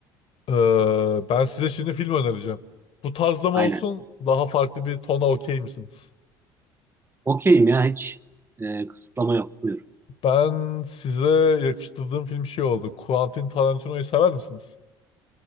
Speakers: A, on the left (about 50°); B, on the right (about 20°).
A: Ee, ben size şimdi film önereceğim. Bu tarzda mı
B: Aynen.
A: olsun daha farklı bir tona okey misiniz?
B: Okeyim ya hiç e, kısıtlama yok. Buyur.
A: Ben size yakıştırdığım film şey oldu. Quentin Tarantino'yu sever misiniz?